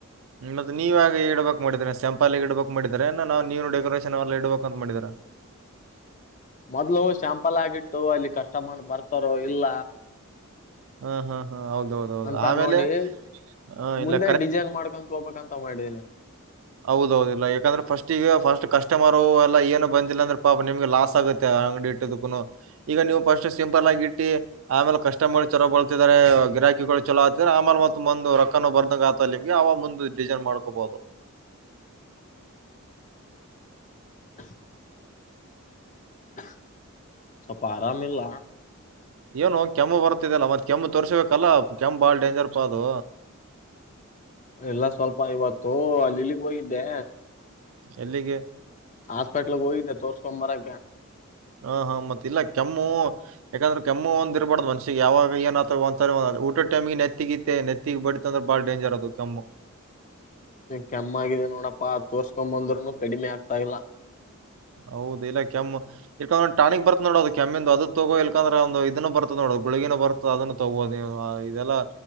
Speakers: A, on the right; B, on the left.
A: ಮತ್ತೆ ನೀವ ಆಗ ಇಡ್ಬೇಕಕ್ ಮಾಡಿದ್ರ ಸೆಂಪಲ್ಲ್ಲಿ ಇಡ್ಬೇಕಕ್ ಮಾಡಿದರ ನಾವ್ ನೀವನು ಡೆಕೋರೇಷನ್ ಎಲ್ಲ ಇಡಬೇಕಂತ ಮಾಡಿದರಾ
B: ಮೊದ್ಲು ಸ್ಯಾಂಪಲ್ ಆಗಿಟ್ಟು ಅಲ್ಲಿ ಕಷ್ಟಮನ್ ಬರ್ತಾರೋ ಇಲ್ಲ
A: ಹ್ಮ ಹಾ ಹಾ ಹೌದೌದ ಹೌದು
B: ಅಂತ
A: ಆಮೇಲೆ
B: ನೋಡಿ
A: ಆ, ಇಲ್ಲ
B: ಮುಂದೆ ಡಿಸೈನ್ ಮಾಡ್ಕೊತ್ ಹೋಗ್ಬೇಕಂತ ಮಾಡಿದೀನ
A: ಹೌದೌದಲ್ಲ ಯಾಕಂದ್ರೆ ಫಸ್ಟ್ ಈಗ ಫಸ್ಟ್ ಕಸ್ಟಮರ್ ಎಲ್ಲ ಏನು ಬಂದಿಲ್ಲ ಅಂದ್ರೆ ಪಾಪ ನಿಮ್ಗೆ ಲಾಸ್ ಆಗುತ್ತೆ ಅಂಗಡಿ ಇಟ್ಟಕ್ಕ ಈಗ ನೀವು ಪಸ್ಟ್ ಟೆಂಪಲ್ ಆಗಿಟ್ಟಿ ಆಮೇಲೆ ಕಷ್ಟ ಮಾಡ ಚಲ ಬಳತಿದ್ದಾರೆ ಗಿರಾಕಿಗಳು ಚಲೋ ಆತ ಆಮ ಮುಂದು ರೊಕ್ಕನು ಬಂದಾಗ ಆತ ನಿಮಗೆ ಮುಂದ ಡಿಸೈನ್ ಮಾಡ್ಕೋಬಹದು
B: ಅ ಅ ಸ್ವಲ್ಪ ಆರಾಮ ಇಲ್ಲ
A: ಏನು ಕೆಮ್ಮು ಬರ್ತಿದಲ್ಲಾ ಮತ್ ಕೆಮ್ಮು ತೋರ್ಸಬೇಕಲ್ಲ ಕೆಮ್ಮು ಬಾಳ್ ಡೇಂಜರ್ ಪ ಅದು
B: ಎಲ್ಲ ಸ್ವಲ್ಪ ಇವತ್ತು ಅಲ್ಲಿ ಇಲ್ಲಿಗೆ ಹೋಗಿದ್ದೆ
A: ಎಲ್ಲಿಗೆ
B: ಹಾಸ್ಪೆಟ್ಲ್ಗ್ ಹೋಗಿದ್ದೆ ತೋರ್ಸ್ಕೊಬರಕ್ಕೆ
A: ಹಾ ಹಾ ಮತ್ತ ಇಲ್ಲ ಕೆಮ್ಮು ಯಾಕಂದ್ರೆ ಕೆಮ್ಮು ಒಂದ ಇರಬಾರ್ದ್ ಮನ್ಷಿಗೆ ಯಾವಾಗ ಏನ್ ಆತ ಒಂತ ಊಟದ ಟೈಮಿಗೆ ನೆಗಿತೆ ನೆತ್ತಿಗೆ ಬಡ ಅಂದ್ರೆ ಬಾಳ ಡೇಂಜರ್ ಅದು ಕೆಮ್ಮು
B: ಕೆಮ್ಮಾಗಿದೆ ನೋಡಪ್ಪಾ ತೋರ್ಕೊ ಬಂದ್ರುನು ಕಡಿಮೆ ಆಗ್ತಾ ಇಲ್ಲ
A: ಹೌದ ಇಲ್ಲ ಕೆಮ್ಮು ಇಕೊಂಡ್ ಒ ಟಾಣಿಕ್ ಬರ್ತ್ ನೋಡ ಅದು ಕೆಮ್ಮಂದು ಅದು ತಗೋ ಇಲ್ಕಂದ್ರೆ ಒಂದು ಇದನ್ನ ಬರ್ತದ ನೋಡ ಗುಳಗಿನ ಬರ್ತದೆ ಅದನ್ನು ತಗೋದು ನೀವುದೆಲ್ಲ